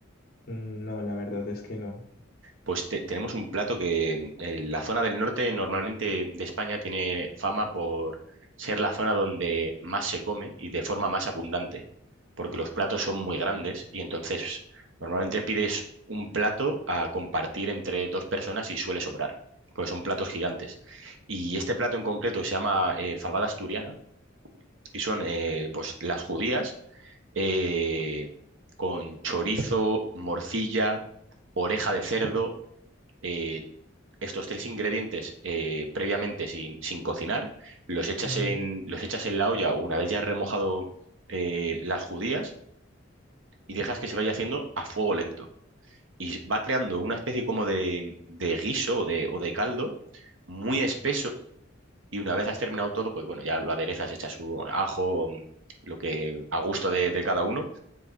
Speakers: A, on the left; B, on the right.
A: Mm, no, la verdad es que no.
B: Pues te- tenemos un plato que eh, la zona del norte normalmente de España tiene fama por ser la zona donde más se come y de forma más abundante, porque los platos son muy grandes y entonces normalmente pides un plato a compartir entre dos personas y suele sobrar, porque son platos gigantes. Y este plato en concreto se llama eh, fabada asturiana y son eh, pues las judías eh, con chorizo, morcilla, oreja de cerdo. eh, estos tres ingredientes eh, previamente sin, sin cocinar, los echas
A: Ujú.
B: en, los echas en la olla una vez ya has remojado eh, las judías y dejas que se vaya haciendo a fuego lento. Y va creando una especie como de, de guiso o de, o de caldo muy espeso y una vez has terminado todo, pues bueno, ya lo aderezas, echas su ajo, mm, lo que a gusto de, de cada uno.